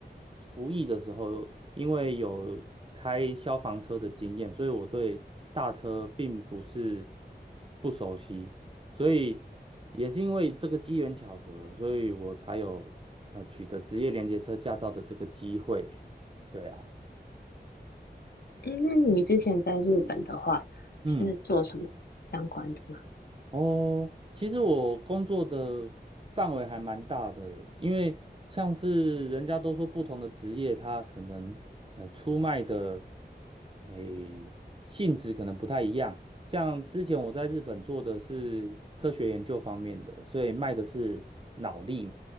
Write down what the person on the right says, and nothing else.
服役的时候，因为有开消防车的经验，所以我对大车并不是不熟悉，所以也是因为这个机缘巧合，所以我才有呃取得职业连接车驾照的这个机会。对啊，
嗯。哦，其实我工作的范围还蛮大的诶，因为像是人家都说不同的职业，它可能呃出卖的诶性质可能不太一样。像之前我在日本做的是科学研究方面的，所以卖的是脑力嘛。